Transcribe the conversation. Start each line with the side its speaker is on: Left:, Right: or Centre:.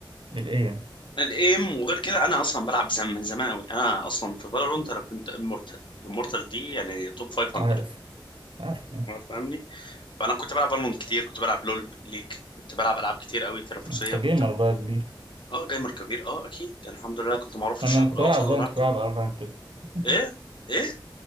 Right: الإيم
Left: الايم وغير كده انا اصلا بلعب زم من زمان قوي انا اصلا في فالورانت انا كنت امورتال امورتال دي يعني توب 500
Right: عارف عارف
Left: فاهمني فانا كنت بلعب فالورانت كتير كنت بلعب لول ليج كنت بلعب العاب كتير قوي تنافسيه
Right: أنت
Left: وكنت
Right: جيمر بقى كبير
Left: اه جيمر كبير اه اكيد انا الحمد لله كنت معروف في الشرق
Right: أنا لما كنت
Left: الاوسط
Right: بلعب
Left: والعالم
Right: فالنت كنت
Left: كله
Right: بلعب أربعة كده <laughs>
Left: ايه ايه